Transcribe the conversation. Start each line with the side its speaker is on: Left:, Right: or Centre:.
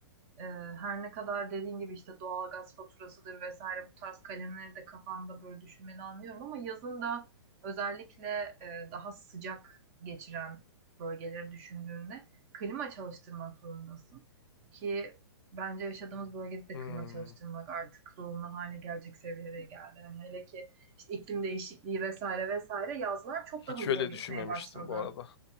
Right: e, her ne kadar dediğin gibi işte doğalgaz faturasıdır vesaire bu tarz kalemleri de kafanda böyle düşünmeni anlıyorum ama yazın da özellikle e, daha sıcak geçiren bölgeleri düşündüğünde klima çalıştırmak zorundasın. Ki bence yaşadığımız bölgede de
Left: Hmm,
Right: klima çalıştırmak artık zorunlu hale gelecek seviyeye geldi. Yani hele ki işte iklim değişikliği vesaire vesaire yazlar çok
Left: hiç
Right: daha zor
Left: öyle
Right: geçmeye
Left: düşünmemiştim
Right: başladı.
Left: bu arada.